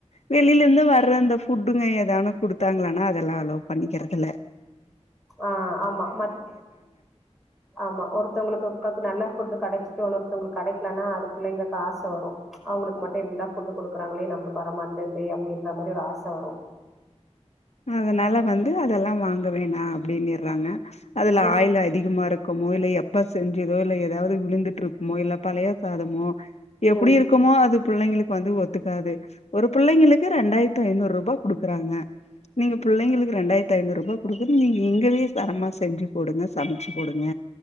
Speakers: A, on the left (about 65°); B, in the centre.
A: வெளியில இருந்து வர்ற அந்த ஃபுட்டுங்க எதா ஒன்னு குடுத்தாங்கனா அதெல்லா அலோ பண்ணிக்கிறது இல்ல
B: ஆ ஆமா மத் ஆமா ஒருத்தவுங்களுக்கு நல்ல ஃபுட்டு் கடைச்சிட்டு ஒன்னொருத்தவுங்களுக்கு கடைக்கலனா அது பிள்ளைங்களுக்கு ஆச வரு அவுங்களுக்கு மட்டு இப்டிலா ஃபுட்டு குடுக்குறாங்களே நம்மளுக்கு வரமட்டேந்தே அப்டின்ற மாரி ஒரு ஆச வரு
A: அதனால வந்து அதெல்லா வாங்க வேணா அப்டின்னிறாங்க அதுல
B: ம்
A: ஆயில் அதிகமா இருக் குமோ இல்ல எப்ப செஞ்சதோ இல்ல ஏதாவது விழுந்துட்ருக்குமோ இல்ல பழைய சாதமோ எப்படி
B: ம்
A: இருக் க்குமோ அது பிள்ளைங்களுக்கு வந்து ஒத்துக்காது ஒரு பிள்ளைங்களுக்கு ரெண்டாயிரத்தை நூறுபா குடுக்குறாங்க நீங்க பிள்ளைங்களுக்கு ரெண்டாயிரத்தி ஐநூறுபா குடுக்குதுட்டு நீங்க இங்கயே தரமா செஞ்சு போடுங்க சமைச்சு போடுங்க